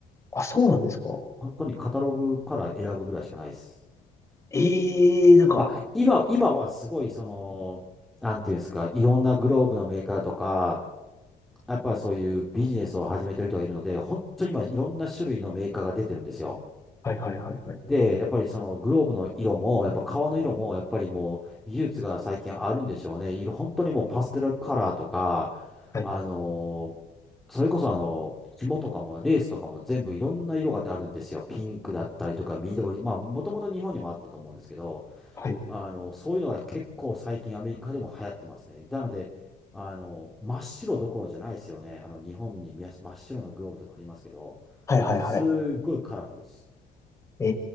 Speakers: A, on the left; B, in the centre.
A: あ、そうなんですか
B: 本当にカタログから選ぶぐらいしかないです。
A: ええなんか、
B: あ、今、今はすごい、その、なんていうんですか、いろんなグローブのメーカーとか、やっぱそういうビジネスを始めてる人がいるので、本当に今、いろんな種類のメーカーが出てるんですよ。
A: はいはいはいはい。
B: で、やっぱりそのグローブの色も、やっぱ革の色も、やっぱりもう、技術が最近あるんでしょうね。色、本当にもうパステルカラーとか、
A: はい、
B: あのーそれこそあの、紐とかもレースとかも全部いろんな色があるんですよ。ピンクだったりとか緑。まあ、もともと日本にもあったと思うんですけど、
A: はい、
B: あの、そういうのが結構最近アメリカでも流行ってますね。なので、あの、真っ白どころじゃないですよね。あの、日本にみや真っ白のグローブとかありますけど、
A: はいはいはい。
B: もうすっごいカラフルです。
A: え